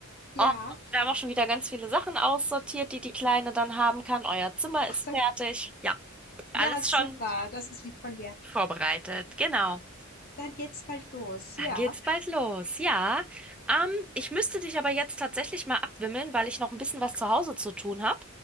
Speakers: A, on the left (about 45°); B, in the centre.
A: Ja.
B: Und wir haben auch schon wieder ganz viele Sachen aussortiert, die die Kleine dann haben kann. Euer Zimmer ist
A: Ach Gott.
B: fertig. Ja, alles
A: Ja, super.
B: schon.
A: Das ist lieb von dir.
B: Vorbereitet, genau.
A: Dann geht's bald los.
B: Dann
A: Ja.
B: geht's bald los. Ja, ähm, ich müsste dich aber jetzt tatsächlich mal abwimmeln, weil ich noch ein bisschen was zu Hause zu tun habe.